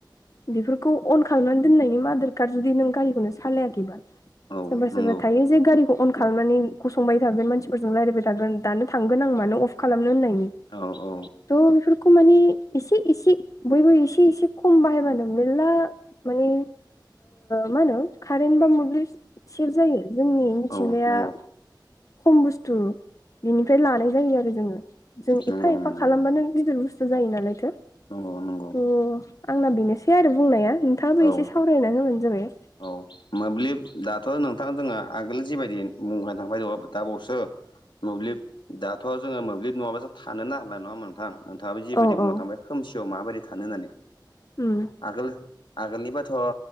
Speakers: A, on the left; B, on the left.
A: बेफोरखौ अन खालामनानै दोननायनि मदार कार्ड जुदि नों गारिखौनो सालायाखैबा
B: औ
A: सोरबा
B: नंगौ
A: सोरबा थायो जे गारिखौ अन खालामनानै संबाय थागोन मानसिफोरजों रायज्लायबाय थागोन दानो थांगोन आं मानो अफ खालामनो होननायनि
B: औ औ
A: थ' बेफोरखौ माने इसे इसे बयबो एसे इसे खम बाहायबानो मेरला माने मा होनो कारेन्ट बा मोब्लिब सेभ जायो जोंनि मिथिंगाया
B: औ नंगौ
A: खम बुस्थु बेनिफ्राय लानाय जायो आरो जोङो जों
B: नंगौ
A: एफा एफा
B: नंगौ
A: खालामबानो
B: नंगौ
A: गिदिर बुस्थु जायो नालाय थ
B: नंगौ नंगौ
A: आंना बेनोसै आरो बुंनाया नोंथाङाबो
B: औ
A: एसे सावरायना होबानो जाबाय
B: औ मोब्लिब दाथ' नोंथां जोहा आगोल जिबायदि बुंखनो थांबाय दङ दा सो मोब्लिब दाथ' जोङो मोब्लिब नङाबा जों थानोनो हाला नङा होमबा नोंथां नोंथाङाबो जिबायदि
A: औ
B: बुंनो
A: औ
B: थांबाय खोमसियाव माबायदि थानो होननानै
A: उम
B: आगोल आगोलनिबाथ'